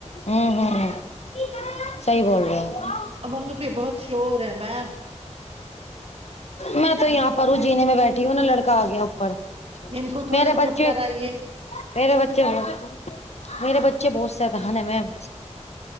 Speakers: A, on the left; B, on the right.
A: ہوں ہوں ہ صحیح بول رہے ہیں
B: وہاں پہ بہت شور ہے میم
A: میں تو یہاں پر ہوں جینے میں بیٹھی ہوں نا لڑکا آ گیا اوپر
B: ان کو تھوڑا
A: میرے
B: چپ
A: بچے
B: کرائیے
A: میرے بچے ب میرے بچے بہت سےد نا میم